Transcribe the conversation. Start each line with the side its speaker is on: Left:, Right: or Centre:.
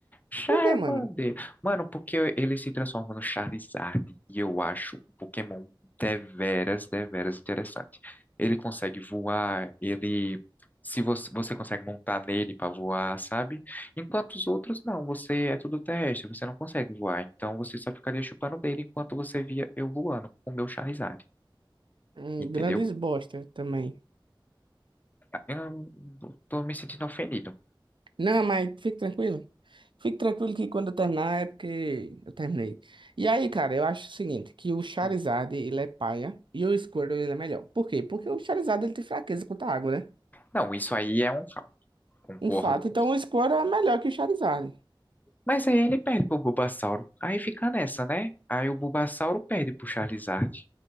Left: Charmander.
Right: Por que, mano?
Left: Mano, porque ele se transforma no Charizard e eu acho um Pokémon deveras, deveras interessante. Ele consegue voar, ele. Se você, você consegue montar nele para voar, sabe? Enquanto os outros não, você é tudo terrestre, você não consegue voar. Então você só ficaria chupando dele enquanto você via eu voando com o meu Charizard,
Right: Um,
Left: entendeu?
Right: grandes bosta também.
Left: Ah, Eu não- tô me sentindo ofendido.
Right: Não, mas fique tranquilo. Fique tranquilo que quando eu terminar é porque eu terminei. E aí, cara, eu acho o seguinte, que o Charizard,
Left: Hum.
Right: ele é paia e o Squirtle, ele é melhor. Por quê? Porque o Charizard, ele tem fraqueza contra a água, né?
Left: Não, isso aí é um fato, concordo
Right: Um fato.
Left: com
Right: Então, o Squirtle é melhor que o Charizard.
Left: Mas aí ele perde pro Bulbasauro. Aí fica nessa, né? Aí o Bulbasauro perde pro Charizard.